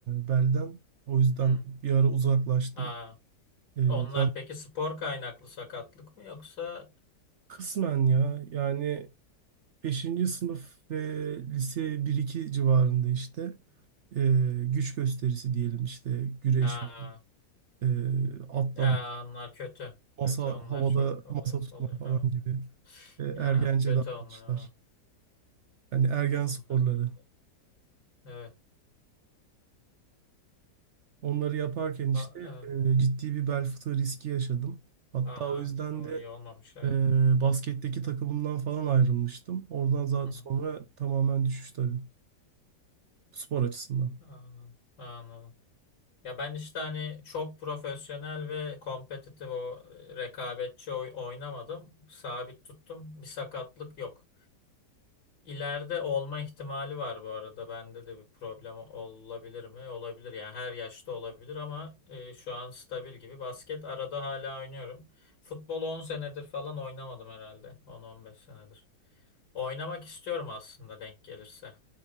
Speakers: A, on the right; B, on the left.
A: belden. O yüzden
B: Hı.
A: bir ara uzaklaştım.
B: Ha.
A: E,
B: Onlar
A: zaten
B: peki spor kaynaklı sakatlık mı yoksa
A: kısmen ya yani Beşinci sınıf ve lise bir iki civarında işte e, güç gösterisi diyelim işte güreşme,
B: Ha,
A: e, atlama,
B: ya onlar kötü.
A: masa
B: Kötü onlar
A: havada
B: çok oluyor.
A: masa tutma
B: Oluyor ha.
A: falan gibi e, ergence
B: Ya kötü
A: davranışlar.
B: onlar. Ha.
A: Yani ergen
B: Onlar
A: sporları.
B: çok. Evet.
A: Onları yaparken işte
B: Ba evet.
A: e, ciddi bir bel fıtığı riski yaşadım. Hatta
B: Aa,
A: o yüzden
B: o
A: de
B: iyi olmamış evet.
A: e, basketteki takımımdan falan ayrılmıştım. Oradan zaten
B: Hı hı.
A: sonra tamamen düşüş tabii spor açısından.
B: Anladım. Anladım. Ya ben işte hani çok profesyonel ve kompetitif o rekabetçi oy- oynamadım. Sabit tuttum. Bir sakatlık yok. İleride olma ihtimali var bu arada. Bende de bir problem olabilir mi? Olabilir. Yani her yaşta olabilir ama e, şu an stabil gibi. Basket arada hala oynuyorum. Futbol on senedir falan oynamadım herhalde. On on beş senedir. Oynamak istiyorum aslında denk gelirse.